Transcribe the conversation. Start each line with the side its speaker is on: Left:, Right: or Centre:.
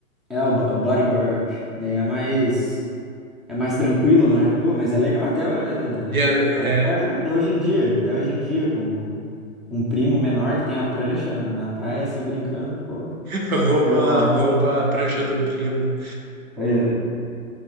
Centre: é o bo- body bird, daí é mais é mais tranquilo, né? Pô, mas é legal até eh,
Right: E é,
Centre: até, até hoje em dia, até hoje em dia com um primo menor que tem a prancha na, na praia assim brincando, pô,
Right: é <laughs> rouba,
Centre: pega uma onda.
Right: rouba a prancha do primo.
Centre: Pois-